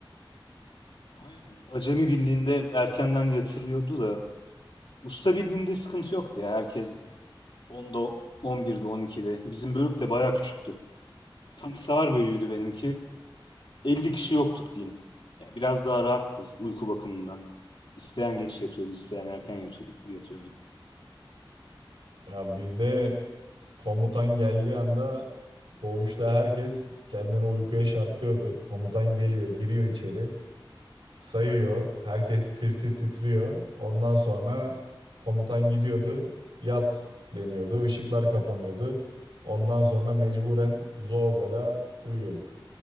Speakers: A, on the left (about 70°); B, on the right (about 80°).
A: aynen acemi birliğinde erkenden yatırıyordu da usta birliğinde sıkıntı yoktu ya. Herkes 10'da, 11'de, 12'de. Bizim bölük de bayağı küçüktü. Tank savar bölüğüydü benimki. 50 kişi yoktuk diyeyim. Ya biraz daha rahattı uyku bakımından. İsteyen geç yatıyordu, isteyen erken yatıyordu, yatıyordu.
B: Ya bizde Komutan geldiği anda koğuşta herkes kendini uykuya şartlıyordu. Komutan geliyor, giriyor içeri, sayıyor. Herkes tir tir titriyor. Ondan sonra komutan gidiyordu, yat deniyordu, ışıklar kapanıyordu. Ondan sonra mecburen zor bela uyuyorduk.